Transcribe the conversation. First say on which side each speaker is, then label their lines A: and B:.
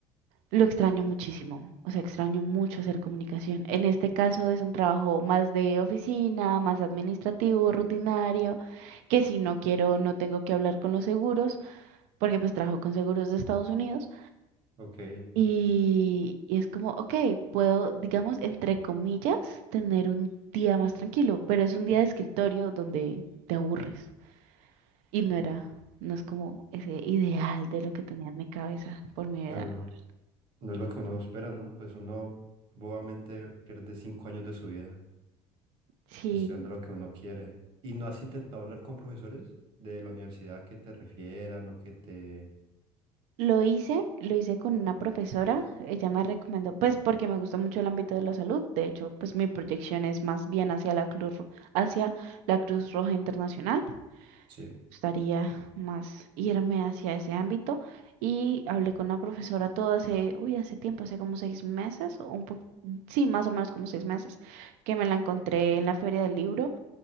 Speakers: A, on the right; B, on the right.
A: Lo extraño muchísimo, o sea, extraño mucho hacer comunicación. En este caso es un trabajo más de oficina, más administrativo, rutinario, que si no quiero, no tengo que hablar con los seguros, porque pues trabajo con seguros de Estados Unidos
B: ok,
A: y, y es como, ok, puedo, digamos, entre comillas, tener un día más tranquilo, pero es un día de escritorio donde te aburres y no era, no es como ese ideal de lo que tenía en mi cabeza por mi
B: claro.
A: edad laboral.
B: No es lo que uno espera, ¿no? Pues uno bobamente pierde cinco años de su vida.
A: Sí.
B: estudiando lo que uno quiere. ¿Y no has intentado hablar con profesores de la universidad que te refieran o que te...
A: Lo hice, lo hice con una profesora, ella me recomendó, pues porque me gusta mucho el ámbito de la salud, de hecho, pues mi proyección es más bien hacia la Cruz, Ro- hacia la Cruz Roja Internacional,
B: Sí,
A: gustaría más irme hacia ese ámbito y hablé con la profesora todo hace, uy, hace tiempo, hace como seis meses, o un po- sí, más o menos como seis meses, que me la encontré en la feria del libro